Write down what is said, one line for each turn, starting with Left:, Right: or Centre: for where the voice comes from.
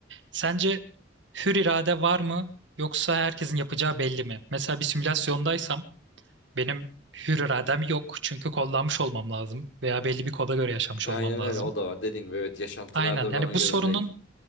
Right: Sence hür irade var mı yoksa herkesin yapacağı belli mi? Mesela bir simülasyondaysam benim hür iradem yok çünkü kodlanmış olmam lazım veya belli bir koda göre yaşamış
Left: Aynen
Right: olmam lazım.
Left: öyle o da var. Dediğin gibi evet yaşantılar
Right: Aynen.
Left: da
Right: Yani
Left: bana
Right: bu
Left: göre
Right: sorunun
Left: değil.